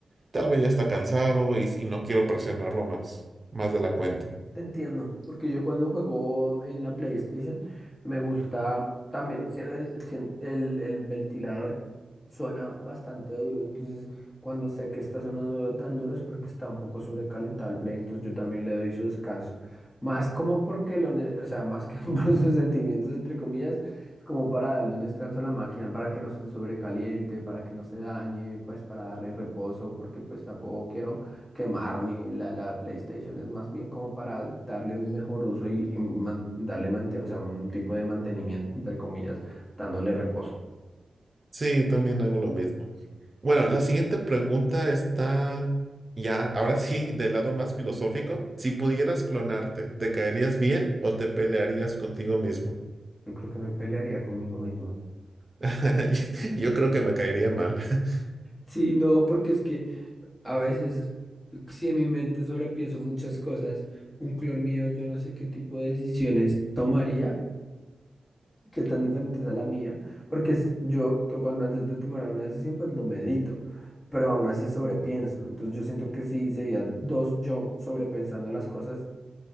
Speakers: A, on the right (about 35°); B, on the left (about 35°).
A: tal vez ya está cansado y, y no quiero presionarlo más, más de la cuenta.
B: Te entiendo, porque yo cuando juego en la PlayStation me gusta también si- eh, si- el, el ventilador suena bastante duro, entonces cuando sé que está sonando tan duro es porque está un poco sobrecalentado el Play, entonces yo también le doy su descanso. Más como porque lo, ne- o sea, más que <laughs> por sus sentimientos entre comillas, es como para darle un descanso a la máquina para que no se sobrecaliente, para que no se dañe, pues para darle reposo, porque pues tampoco quiero quemar mi, la, la PlayStation, es más bien como para darle un mejor uso y, y man- darle mante- o sea, un tipo de mantenimiento, entre comillas, dándole reposo.
A: Sí, también hago lo mismo. Bueno, la siguiente pregunta está ya, ahora sí, del lado más filosófico. Si pudieras clonarte, ¿te caerías bien o te pelearías contigo mismo?
B: Yo creo que me pelearía conmigo mismo.
A: <laughs> Yo creo que me caería mal. <laughs>
B: Sí, no, porque es que a veces, si en mi mente sobrepienso muchas cosas, un clon mío, yo no sé qué tipo de decisiones tomaría. qué tan diferente es a la mía, porque es- yo to- cuando antes de tomar una decisión pues lo medito, pero aún así sobrepienso, entonces yo siento que si sería dos yo sobrepensando las cosas,